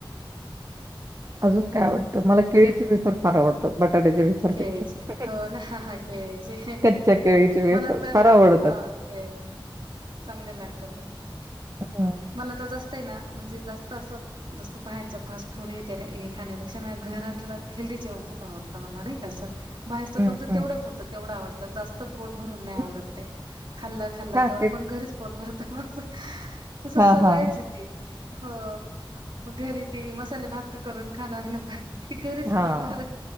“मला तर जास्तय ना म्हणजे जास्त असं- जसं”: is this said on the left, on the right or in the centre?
Right